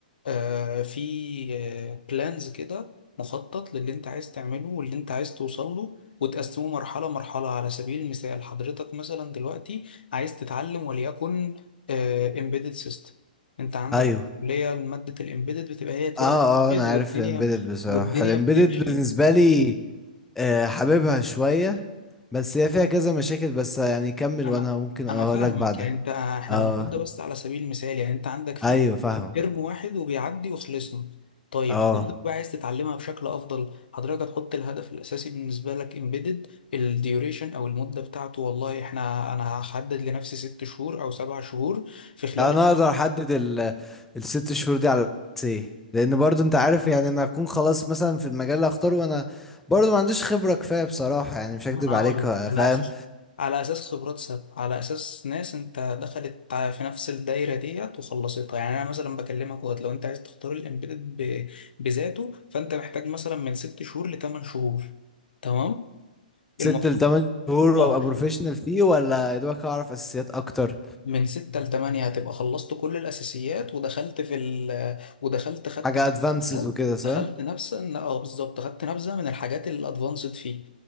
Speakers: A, on the left; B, in the centre.
A: آه، في بلانز كده مخطط للي انت عايز تعمله واللي انت عايز توصل له وتقسمه مرحلة مرحلة على سبيل المثال حضرتك مثلا دلوقتي عايز تتعلم وليكن امبيدد سيستم انت عندك
B: ايوه
A: كلية مادة الامبيدد بتبقى هي ترم
B: اه
A: واحد
B: اه انا
A: والدنيا
B: عارف الامبيدد بصراحة
A: والدنيا
B: الامبيدد
A: بتمشي
B: بالنسبة لي آه حاببها شوية بس هي فيها كذا مشاكل بس يعني كمل
A: انا
B: وانا ممكن
A: انا
B: اقول
A: فاهمك
B: لك بعدها
A: يعني انت احنا
B: اه
A: بنقول ده بس على سبيل المثال يعني انت عندك فيه
B: ايوه فاهم
A: ترم واحد وبيعدي وخلصنا طيب
B: اه
A: حضرتك بقى عايز تتعلمها بشكل افضل حضرتك هتحط الهدف الاساسي بالنسبه لك امبيدد الديوريشن او المده بتاعته والله احنا انا هحدد لنفسي ست شهور او سبع شهور في خلال
B: يعني انا اقدر احدد ال الست شهور دي على اساس ايه لان برضو انت عارف يعني انا هكون خلاص مثلا في المجال اللي هختاره وانا برضو ما عنديش خبرة كفاية بصراحة يعني مش هكدب
A: ما انا
B: عليك
A: هقول لك على
B: فاهم
A: اساس على اساس خبرات سابقه على اساس ناس انت دخلت ع- في نفس الدايره ديت وخلصتها يعني انا مثلا بكلمك وقت لو انت عايز تختار الامبيدد ب... بذاته فانت محتاج مثلا من ست شهور لثمان شهور تمام المفروض
B: ست لتمن شهور وابقى
A: اه
B: بروفيشنال فيه ولا يا دوبك هعرف اساسيات اكتر
A: من ستة لتمانية هتبقى خلصت كل الأساسيات ودخلت في ال ودخلت خدت
B: حاجه
A: كده
B: ادفانسز وكده صح
A: دخلت نبذة إن- اه بالظبط خدت نبذة من الحاجات الأدفانسد فيه